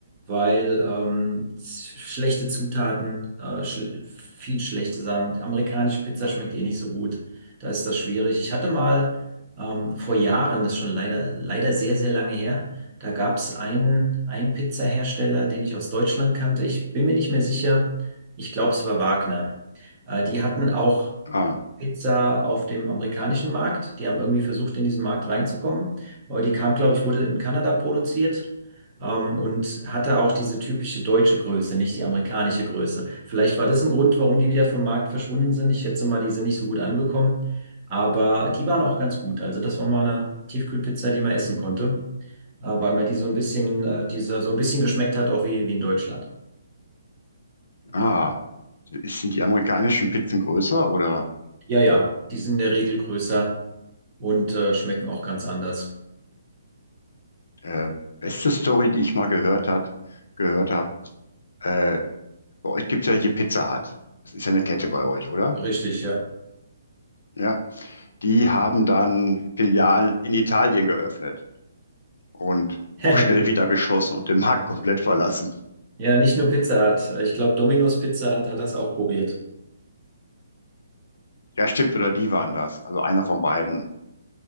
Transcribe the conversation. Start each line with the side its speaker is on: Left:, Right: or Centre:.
Right: weil ähm, s- schlechte Zutaten, äh, schl viel schlechte Sachen. Amerikanische Pizza schmeckt eh nicht so gut, da ist das schwierig. Ich hatte mal ähm, vor Jahren, das ist schon leider, leider sehr, sehr lange her, da gab es einen, einen Pizzahersteller, den ich aus Deutschland kannte. Ich bin mir nicht mehr sicher, ich glaube, es war Wagner. Äh, die hatten auch
Left: ah,
Right: Pizza auf dem amerikanischen Markt. Die haben irgendwie versucht, in diesen Markt reinzukommen. Aber die kam, glaube ich, wurde in Kanada produziert. Ähm, und hatte auch diese typische deutsche Größe, nicht die amerikanische Größe. Vielleicht war das ein Grund, warum die wieder vom Markt verschwunden sind. Ich schätze mal, die sind nicht so gut angekommen. Aber die waren auch ganz gut. Also das war mal eine Tiefkühlpizza, die man essen konnte, äh, weil man die so ein bisschen, äh, dieser so so ein bisschen geschmeckt hat, auch wie, wie in Deutschland.
Left: ah, sind die amerikanischen Pizzen größer oder
Right: Ja, ja, die sind in der Regel größer und äh, schmecken auch ganz anders.
Left: äh, beste Story, die ich mal gehört hat, gehört habe, äh, bei euch gibt es ja hier Pizza Hut. Das ist ja eine Kette bei euch, oder?
Right: Richtig, ja.
Left: Ja. Die haben dann Filialen in Italien geöffnet und
Right: <laughs>
Left: auch schnell wieder geschlossen und den Markt komplett verlassen.
Right: Ja, nicht nur Pizza Hut. Ich glaube, Domino's Pizza Hut hat das auch probiert.
Left: Ja, stimmt, oder die waren das. Also einer von beiden.